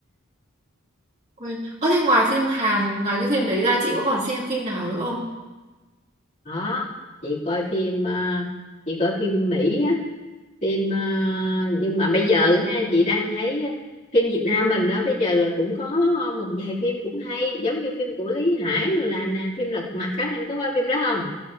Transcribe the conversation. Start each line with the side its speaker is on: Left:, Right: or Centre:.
Right: quên ơ thế ngoài phim Hàn ngoài cái phim đấy ra chị có còn xem phim nào nữa không
Left: đó chị coi phim à, chị coi phim Mỹ á phim à, nhưng mà bây giờ ha chị đang thấy phim Việt Nam mình á bây giờ là cũng có một vài phim cũng hay giống như phim của Lý Hải rồi làm nè phim Lật Mặt á em có coi phim đó không